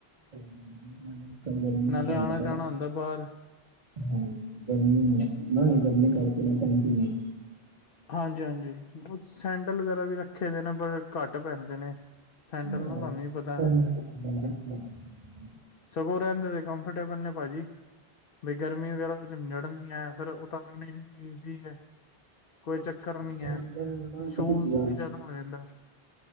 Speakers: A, on the right (about 40°); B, on the left (about 65°).
A: ਸਹੀ ਗੱਲ ਹੈ ਕੱਲ ਗਰਮੀ
B: ਨਾਲੇ
A: ਨੂੰ ਤੁਹਾਨੂੰ
B: ਆਉਣਾ
A: ਪਤਾ
B: ਜਾਣਾ
A: ਹੈ
B: ਹੁੰਦਾ ਬਾਹਰ
A: ਹਾਂ ਗਰਮੀ ਨਾ ਗਰਮੀ ਕਰਕੇ ਨਾੈਂ ਟਮਦੀ
B: ਹਾਂਜੀ ਹਾਂਜੀ ਸੈਂਡਲ ਵਗੈਰਾ ਵੀ ਰੱਖੇ ਦੇ ਨੇ ਪਰ ਘੱਟ ਪੈਂਦੇ ਨੇ
A: <inaudible>
B: ਸੈਂਡਲ ਨਾ ਤੁਹਾਨੂੰ ਵੀ ਪਤਾ ਸਗੋਂ ਰਹਿੰਦੇ ਤੇ ਕੰਫਰਟੇਬਲ ਨੇ ਭਾਜੀ। ਬਈ ਗਰਮੀ ਵਗੈਰਾ ਨੜਨੀ ਹੈ ਫਿਰ ਉਤਾਰਨੀ ਚ ਵੀ ਈਜ਼ੀ ਹੈ ਕੋਈ ਚੱਕਰ ਨੀ
A: ਸੈਂਡਲ
B: ਹੈ
A: ਨਾ
B: ਸ਼ੂਜ
A: ਪਤਾ ਹੈ ਕਿ
B: ਤੇ ਜ਼ਿਆਦਾ ਹੋ ਜਾਂਦਾ